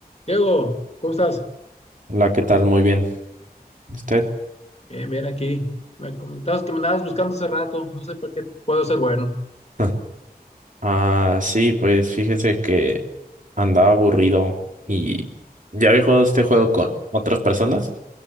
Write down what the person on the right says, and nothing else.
Hola, ¿qué tal? Muy bien. ¿Usted?
<laughs> Ah, sí, pues fíjese que andaba aburrido y ya había jugado este juego con otras personas